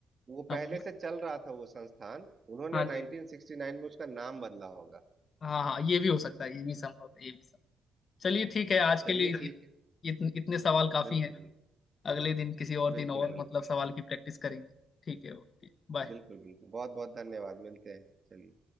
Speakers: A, on the right; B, on the left.
A: वो पहले
B: हाँ बोलिए
A: से चल रहा था वो संस्थान उन्होंने
B: हाँ
A: 1969
B: जी
A: में उसका नाम बदला होगा
B: हाँ हाँ हाँ, ये भी हो सकता है ये भी संभव है ये भी संभव चलिए ठीक है आज के
A: चलिए
B: लिए
A: ठीक
B: इत,
A: है
B: इतने इतने सवाल काफी
A: बिल्कुल
B: हैं अगले दिन किसी और दिन
A: बिल्कुल
B: और
A: बिल्कुल
B: मतलब सवाल
A: बिल्कुल बिल्कुल
B: की प्रैक्टिस करेंगे ठीक है ओके बाय
A: बिल्कुल बिल्कुल बहुत बहुत धन्यवाद मिलते हैं चलिए